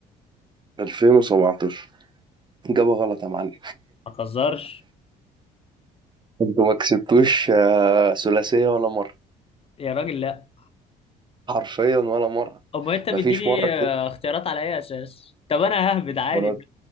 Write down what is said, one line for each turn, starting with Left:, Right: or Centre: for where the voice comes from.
Right: 2017 إجابة غلط يا معلم
Left: ما تهزرش
Right: انتوا ما كسبتوش آه، ثلاثية ولا مرة
Left: يا راجل لا
Right: حرفيا ولا مرة
Left: امال انت مديني
Right: مفيش مرة كسبت
Left: آه، اختيارات على اي اساس طب انا ههبد عادي
Right: ما انا